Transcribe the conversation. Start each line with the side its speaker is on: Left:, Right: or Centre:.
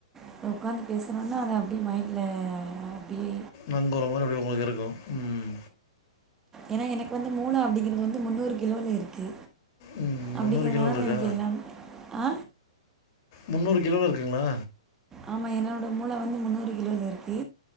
Right: இப்ப உக்காந்து பேசுனோன்னா அத அப்டியே மைண்டுல அப்டியே
Left: நங்கூரம் மாரி அப்டியே உங்களுக்கு இருக்கு ம்
Right: ஏன்னா எனக்கு வந்து மூளை அப்டிங்கிறது வந்து முந்நூறு கிலோல இருக்கு
Left: ம்
Right: அப்டிங்குறதுனால
Left: முந்நூறு கிலோவில் இருக்கா
Right: எனக்கு எல்லாம் ஆ
Left: முந்நூறு கிலோல இருக்குங்களா
Right: ஆமா என்னோட மூளை வந்து முந்நூறு கிலோல இருக்கு